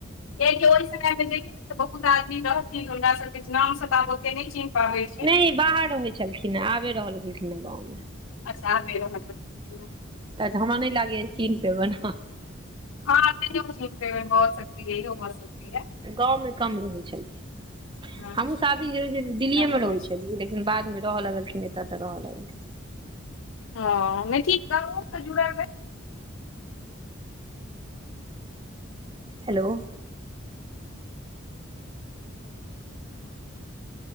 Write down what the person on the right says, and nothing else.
नहि बाहर रहैत छलखिन है आबे रऽहऽ लगलखिन है गाँवमे।
<unintelligible> तऽ हमरा नैय लागैया चिन्ह पेबन अहाँ।
गाँवमे कम रहै छलखिन
हमहुँ सब <unintelligible> दिल्लीएमे
रहै
छलियै लेकिन बाद में रहऽ लगलखिन एतऽ तऽ रहऽ लगलिए।
हेलो।